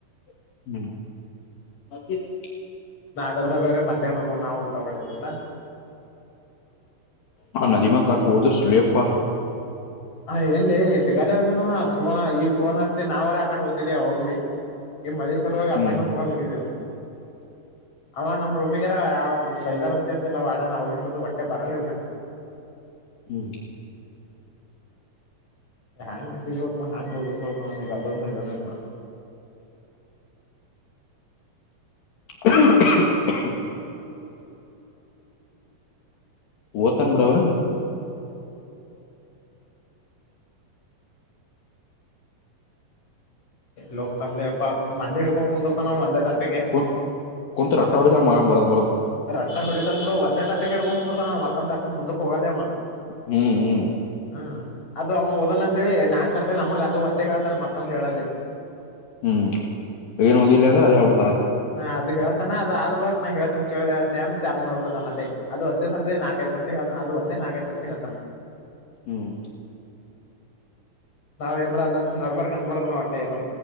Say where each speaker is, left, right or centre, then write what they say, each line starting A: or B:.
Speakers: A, on the left (about 75°); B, on the left (about 40°).
A: <unintelligible>
B: ನಾ ಅದ್ರದ್ದ ಬೇರೆ ಮಧ್ಯಾಹ್ನದ ನಾವು ಊಟ ಮಾಡಿದೀಲ್ಲ
A: ಹಾ ನದ ಮಾಡ ಕರ್ತು ುದು ಸ್ಲೇಬ ಪ
B: ಹ ಎನ್ಲ್ಲಿ ಸಿಗಲ್ಲವಾಗನವ ಫೋನ್ ಈ ಫೋನ್ ಹತ್ತಿ ನಾವ್ರ ಆಕಡೆ ಓ್ತಿದ ಹೋಗ್ ಭಿ ಈ ಮಾರಿಿಸ ಸಾಲಾಗಕಾು
A: ಹ್ಮ್
B: ಹೋಗಾಗ ಲಗಿದಿದೆವು ಅವ ನಮ್ ರೂಮಿಗಾರ ಆ ಬೈದಾನ ಅಂತ ಅಂತಿಲ್ಲ ವಾಡಾನ ಅವವಾಗಿ ನೋಡದು ಹೊಟ್ಟೆ ಬರಲ್ಲ ಹೋಗಣ <inaudible>
A: ಹ್ಮ್
B: ಹೆ್ಯಾಂಗ ಹೆ್ಯಾಂಗ್ ಹೋದು ಸ ಅದ <inaudible>
A: <unintelligible> ಓತನ್ ಬಿಡ ಅವ
B: ಹ್ಮ ಲೋಕ್ ತ ಅಲ್ಲೆ ವಂದೆ ಹಡ್ಕೊಂಡ ಕುಂದಿರ್ತಾನ ಒಂದೇ ಟಾಪಿಗೆ
A: <unintelligible>
B: ರಟ್ಟ ಹ ಹೊಡಿತನ್ ಬಿಡು ಒಂದೇ ಟಪಿಕ್ ಹ್ ಬಂದ ಮತ್ತೊ ಟಪಿಕ್ ಮುಂದ <unintelligible>
A: ಹ್ಮ್ ಹ್ಮ್
B: ಅದು ಅವ ಓದನ್ ಅಂತೇಳಿ ನಾಕ್ ಕರ್ತನೆ ನಮಗ್ ಅದು ಒಂದ್ದೇ ಹೇಳತಾನ ಮತ್ತೊಂದು ಹೇಳಲ್ಲಿ
A: ಹ್ಮ್ ಏನು ಓದಿಲ್ಲ ಅಂದ್ರೆ ಅದು ಹೇಳ್ಬಿತಾನ
B: ಹಾ ಅದು ಹೇಳ್ತಾನ ಅದ ಆದ್ ಬಳಕ್ ನಾನ್ ಹೇಳ್ತೇ ಕೇಳಾ ಅಂತ ಅಂತ ಚಾಲೋ ಮಾಡ್ಬಿಡ್ತಾನ ಅಲ್ಲೇ ಅದು ಒಂದೇ ಸರ್ದ ನಾಕೈತಿ. ಸರ್ ಹ ಅದ ಒಂದೇ ನಾಕ್ ಸರ್ ತೀ ಹೇಳತಾನ
A: ಹ್ಮ್
B: ನಾವ್ ಏನ್ ಅಲ್ಲಾ ನಡಬರಕ್ ಹೇಳ್ತಾನೆ ನಾ ಒಟ್ಟೇ ಏನು